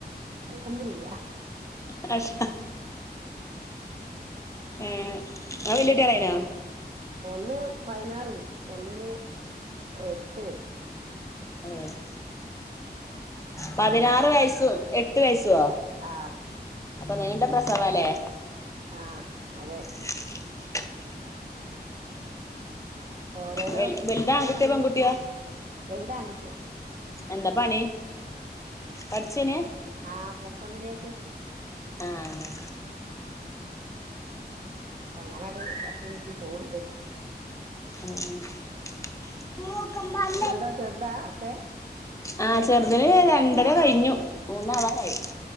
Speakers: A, on the right; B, on the left.
A: അലഹംമുദില്ല
B: <unintelligible> ആഹ് ഏഹ് ഒല് വല്ലിട്ടളായിനോ
A: ഒന്ന് പതിനാറ് ഒന്നിന് എട്ട്
B: ഏഹ് പതിനാറ് വയസും എട്ട് വയസുവ
A: ആഹ്
B: അപ്പൊ നിണ്ട പ്രസവ അല്ലേ
A: ആഹ് അതെ
B: <unintelligible>
A: ഓരോരോ
B: വെൽ
A: പ്രശ്നങ്ങളൾ
B: വെൽത് ആൺകുട്ടിയോ
A: കൊണ്ട്ങ്ങനെ
B: പെൺകുട്ടിയോ
A: വലുതാ ൺകുട്ടിയ
B: എന്താ പണി പഠിച്ചേന
A: ആഹ് പ്ലസ് വണ്ണിലേക്ക്
B: ആഹ്
A: അങ്ങനാണ്ട് തട്ടി മുട്ടി പോവ്ണ്ട്
B: ഉം
A: ഇങ്ങള് അത് ചെറുതാ ഒക്കെ
B: ആഹ് ചെറുതിന് രണ്ടര കഴിഞ്ഞു മൂന്നാവാനായി